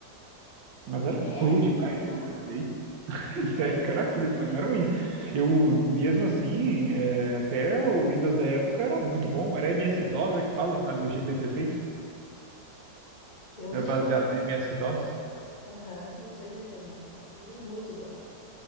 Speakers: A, on the right (about 85°); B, on the left (about 35°).
A: Mas era
B: é,
A: cru
B: é, mas
A: demais
B: é igual.
A: esse Linux aí. <laughs>
B: É,
A: Sério, que era cru
B: é,
A: demais, não era ruim.
B: é.
A: Eu, mesmo assim, é, até o Windows da época era muito bom. Era MS-DOS, é que fala, ah, o jeito da interface.
B: Eu usei
A: Era baseado
B: muito MS-DOS.
A: em MS-DOS.
B: Aham, eu usei muito MS-DOS, usei muito DOS.